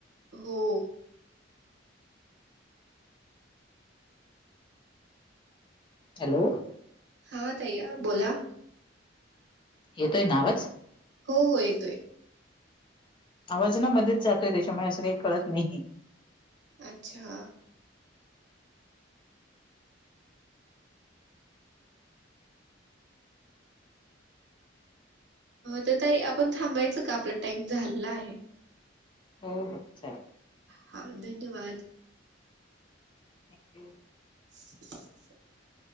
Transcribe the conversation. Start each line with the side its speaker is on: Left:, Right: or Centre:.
Right: हो.
Left: हॅलो!
Right: हा तया बोला.
Left: येतोय नावच.
Right: हो हो येतोय.
Left: आवाज ना मध्येच जातोय त्याच्यामुळे असं काही कळत नाही.
Right: अच्छा! तर तही आपण थांबायचं का आपला टाइम झाला आहे.
Left: हो हो चाल.
Right: हा धन्यवाद.
Left: थँक्यू.
Right: <inaudible>